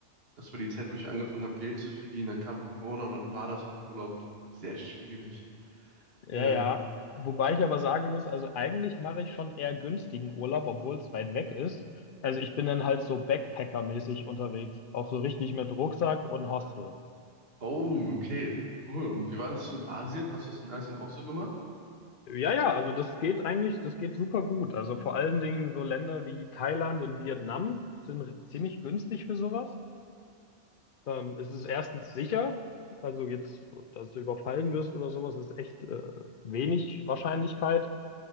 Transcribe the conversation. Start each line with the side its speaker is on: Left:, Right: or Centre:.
Right: Das war die Zeit, wo ich angefangen habe, Geld zu verdienen. Dann kam Corona und dann war das mit Urlauben sehr schwierig.
Left: Ja,
Right: Ähm,
Left: ja. Wobei ich aber sagen muss, also eigentlich mache ich schon eher günstigen Urlaub, obwohl es weit weg ist. Also ich bin dann halt so Backpacker-mäßig unterwegs, auch so richtig mit Rucksack und Hostel.
Right: oh, okay, cool. Und wie war das so in Asien? Hast du das in Asien auch so gemacht?
Left: Ja, ja, also das geht eigentlich, das geht super gut. Also vor allen Dingen so Länder wie Thailand und Vietnam sind r- ziemlich günstig für sowas. Ähm, es ist erstens sicher, also jetzt, dass du überfallen wirst oder sowas, ist echt äh, wenig Wahrscheinlichkeit.